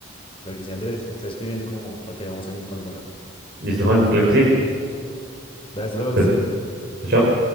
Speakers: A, on the left; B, on the right.
A: Claro que sí, Andrés, está escribiendo como para que hagamos ahí una mazmorra.
B: ¿Listo, Juan? Claro que sí.
A: Dale, hasta luego,
B: Pues,
A: que estés bien.
B: chao, chao.